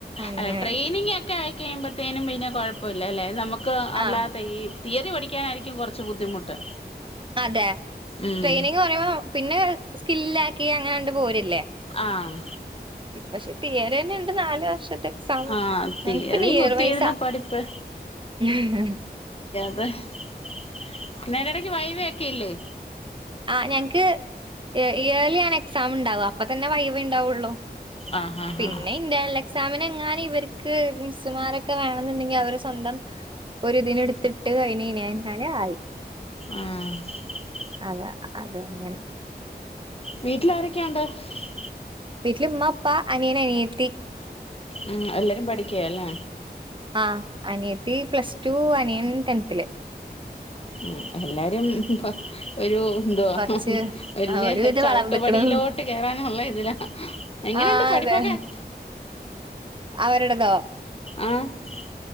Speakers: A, on the right (about 30°); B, on the left (about 35°).
A: അങ്ങനെ
B: അല്ലെ ട്രെയിനിങ് ഒക്കെ ആയിക്കഴിയ്പോത്തേനും പിന്നെ കുഴപ്പമല്ല അല്ലെ നമുക്ക് - അല്ലാത്ത
A: ആഹ്
B: ഈ തിയറി പഠിക്കാനായിരിക്കും കുറച്ച് ബുദ്ധിമുട്ട്.
A: അതെ
B: ഉം
A: ട്രെയിനിങ് പറയുമ്പോ പിന്നെ സ്കില്ല ആക്കി അങ്ങനെണ്ട് പോരല്ലേ?
B: ആഹ
A: <inaudible> ഇ പക്ഷെ തിയറി തന്നെ ഉണ്ട് നാല് വർഷത്തെ എക്സാാം
B: ആഹ് തിയറി
A: ഞങ്ങക്ക് പിന്നെ ഇയർ
B: കുത്തിയിരുന്ന്
A: വൈസാ
B: പഠിപ്പ്
A: ഉ <unintelligible>
B: അതന്നരി ഇടക്ക് വൈവ ഒക്കെ ഇല്ലേ <inaudible>
A: ആ് ഞങ്ങക്ക്ർ ഇയർലി ആണ് എക്സാം ഉണ്ടാവും അപ്പ തന്നെ വൈവ ഉണ്ടാവൊള്ളോ
B: ആഹ് ആഹ്
A: പിന്നെ
B: ആഹ്
A: ഇന്റെര്ണല് എ എക്സാമിനു എങ്ങാനും ഇവർക്ക് മിസുമാരൊക്കെ വേണെന്നുണ്ടെങ്കിൽ അവര് സ്വന്തം ഒരുതിന് എടുത്തിട്ട് കഴിഞ്ഞ കൈഞ്ഞാല ആയി
B: ആഹ <inaudible>
A: അതെ അത അങ്ങനെ
B: വീട്ടില ആരൊക്കെയാണ്ട് <inaudible>
A: വീട്ടിൽ ഉമ്മ ഉപ്പാ അനിയൻ അനിയ ത്തി വി
B: ഉം എല്ലാരും പഠിക്കയല്ലേ
A: ആ അനിയത്തി പ്ലസ് ടു അനിയൻ ടെൻെത്തില്
B: ഉ എല്ലാരും ഒരു <inaudible> എണ്തുവാ
A: കൊറച്ച്
B: വല്യ
A: ആഹ് ഒരുവിധം
B: ചവിട്ടുപടിയിലോട്ട്
A: വളർന്ന്ക്ക്ണ്
B: കേയറാ <inaudible> നുള്ള ഇതിലാ എങ്ങനെുണ്ട്
A: ആഹ്
B: പഠിപ്പൊക്കെ
A: അതെ
B: <inaudible>
A: അവരുടേതോ?
B: ആഹ <inaudible>